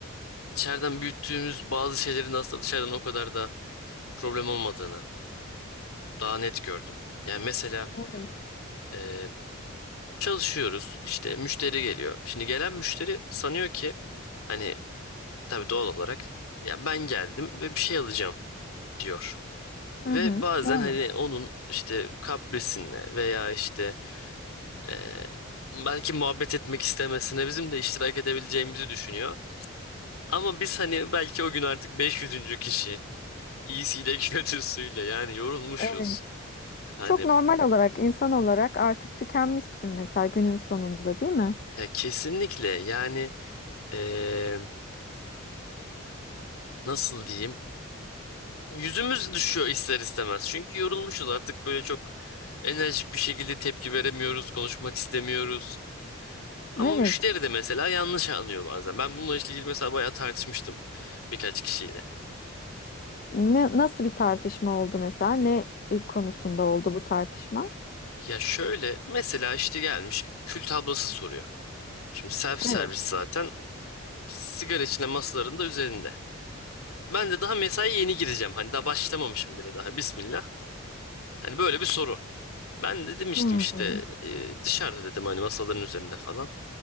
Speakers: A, on the left; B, on the left.
A: İçeriden büyüttüğümüz bazı şeylerin aslında dışarıdan o kadar da problem olmadığını daha net gördüm. Yani mesela
B: Evet,
A: eee, çalışıyoruz işte müşteri geliyor. Şimdi gelen müşteri sanıyor ki Hani Tabii doğal olarak ya ben geldim ve bir şey alacağım diyor.
B: Hı
A: Ve
B: hı.
A: bazen
B: doğru.
A: hani onun işte kaprisinle veya işte eee, belki muhabbet etmek istemesine bizim de iştirak edebileceğimizi düşünüyor. Ama biz hani belki o gün artık 500. kişi iyisiyle <laughs> kötüsüyle yani yorulmuşuz.
B: Evet.
A: Hani
B: Çok normal olarak, insan olarak artık tükenmişsin mesela günün sonunda, değil mi?
A: ya kesinlikle yani eee, nasıl diyeyim yüzümüz düşüyor ister istemez. Çünkü yorulmuşuz artık böyle çok enerjik bir şekilde tepki veremiyoruz, konuşmak istemiyoruz. Ama
B: Evet.
A: müşteri de mesela yanlış anlıyor bazen. Ben bununla ilgili mesela bayağı tartışmıştım birkaç kişiyle.
B: Ne, nasıl bir tartışma oldu mesela? Ne e, konusunda oldu bu tartışma?
A: Ya şöyle mesela işte gelmiş kül tablası soruyor. Şimdi self servis
B: Evet.
A: zaten sigara içine masaların da üzerinde. Ben de daha mesai yeni gireceğim. Hani daha başlamamışım bile daha. Bismillah. Hani böyle bir soru. Ben de demiştim
B: Hmm.
A: işte e, dışarıda dedim hani masaların üzerinde falan.